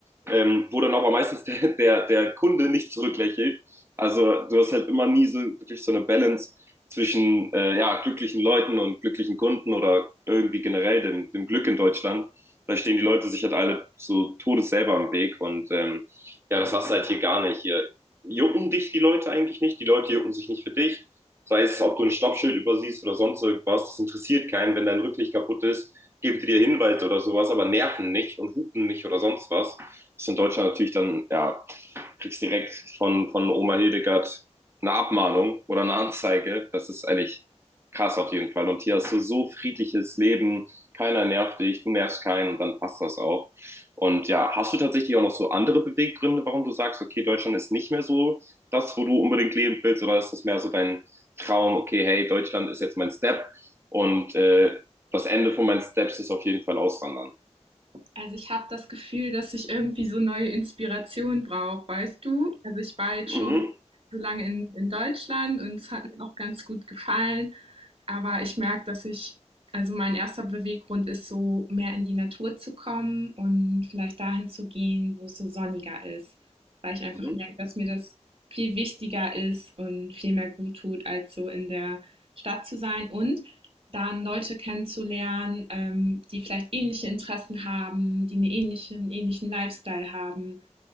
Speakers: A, on the right; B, on the right.
A: ähm, wo dann aber meistens der, der, der Kunde nicht zurücklächelt. Also du hast halt immer nie so wirklich so eine Balance zwischen äh, ja, glücklichen Leuten und glücklichen Kunden oder irgendwie generell dem, dem Glück in Deutschland. Da stehen die Leute sich halt alle so todes selber am Weg und ähm, ja, das hast du halt hier gar nicht. Hier jucken dich die Leute eigentlich nicht, die Leute jucken sich nicht für dich. Sei es, ob du ein Stoppschild übersiehst oder sonst irgendwas, das interessiert keinen. Wenn dein Rücklicht kaputt ist, geben die dir Hinweise oder sowas, aber nerven nicht und hupen nicht oder sonst was. Das ist in Deutschland natürlich dann, ja, kriegst direkt von, von Oma Hildegard eine Abmahnung oder eine Anzeige. Das ist eigentlich krass auf jeden Fall. Und hier hast du so friedliches Leben, keiner nervt dich, du nervst keinen und dann passt das auch. Und ja, hast du tatsächlich auch noch so andere Beweggründe, warum du sagst, okay, Deutschland ist nicht mehr so das, wo du unbedingt leben willst, oder ist das mehr so dein Traum, okay, hey, Deutschland ist jetzt mein Step und äh, das Ende von meinen Steps ist auf jeden Fall auswandern.
B: Also ich habe das Gefühl, dass ich irgendwie so neue Inspiration brauche, weißt du? Also ich war jetzt
A: Mhm.
B: schon so lange in, in Deutschland und es hat mir auch ganz gut gefallen, aber ich merke, dass ich, also mein erster Beweggrund ist so, mehr in die Natur zu kommen und vielleicht dahin zu gehen, wo es so sonniger ist, weil ich einfach
A: Mhm.
B: merke, dass mir das viel wichtiger ist und viel mehr gut tut, als so in der Stadt zu sein. Und dann Leute kennenzulernen, ähm, die vielleicht ähnliche Interessen haben, die einen ähnlichen, ähnlichen Lifestyle haben,